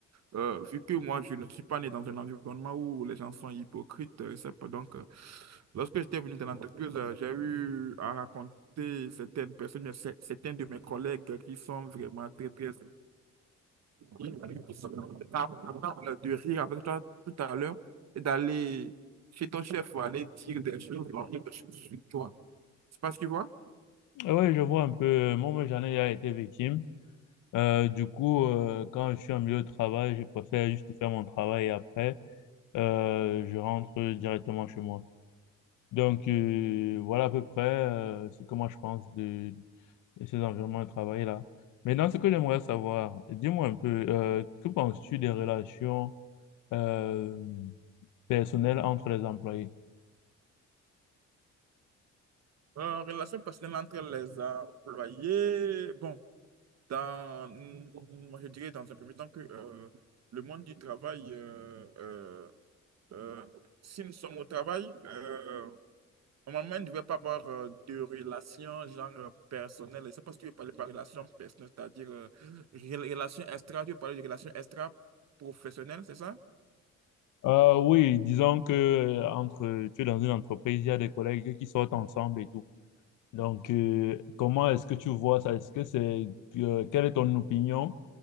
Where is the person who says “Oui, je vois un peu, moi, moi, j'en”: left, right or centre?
Left